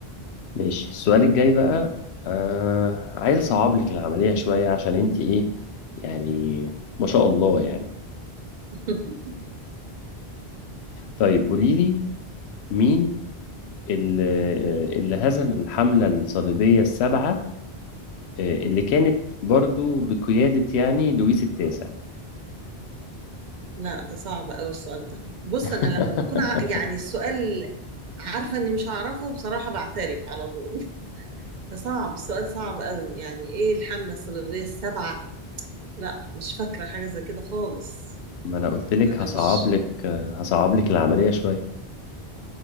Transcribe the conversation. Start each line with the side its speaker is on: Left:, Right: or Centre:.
Left: ماشي السؤال الجاي بقى آه عايز اصعب لك العملية شوية عشان انت ايه يعني ما شاء الله يعني
Right: <laughs>
Left: طيب قولي لي مين اللي, اللي هزم الحملة الصليبية السبعة آه، اللي كانت برضو بقيادة يعني لويس التاسع
Right: لا ده صعب قوي السؤال ده بص
Left: <laughs>
Right: انا لما بكون ع... يعني السؤال عارفه اني مش هعرفه بصراحه بعترف على طول <laughs> فصعب السؤال صعب قوي يعني ايه الحمله الصليبيه السبعه لا مش فاكره حاجه زي كده خالص
Left: ما انا قلت لك
Right: انا
Left: هصعب
Right: مش
Left: لك آه، هصعب لك العملية شوية